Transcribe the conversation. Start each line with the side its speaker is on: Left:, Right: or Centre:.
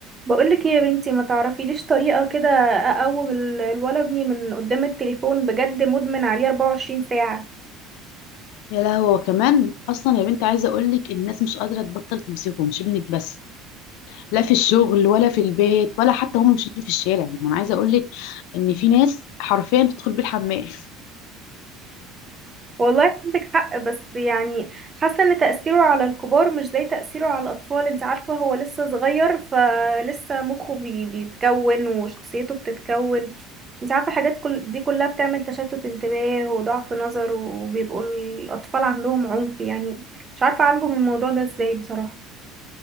Right: بقولك ايه يا بنتي ما تعرفي ليش طريقة كده اقوم ال- الولد ابني من قدام التليفون بجد مدمن عليه 24 ساعة
Left: يا لهوي هو كمان اصلا يا بنت عايزه اقول لك ان الناس مش قادره تبطل تمسكه مش ابنك بس لا في الشغل ولا في البيت ولا حتى هم ماشيين في الشارع يعني انا عايزه اقول لك ان في ناس حرفيا تدخل بيه الحمام
Right: والله عندك حق بس يعني حاسة ان تأثيره على الكبار مش زي تأثيره على الاطفال انت عارفة هو لسه صغير فلسه مخه بي بيتكون وشخصيته بتتكون انت عارفة حاجات كل دي كلها بتعمل تشتت انتباه وضعف نظر وبيبقوا الاطفال عندهم عنف يعني مش عارفة اعالجه من الموضوع ده ازاي بصراحة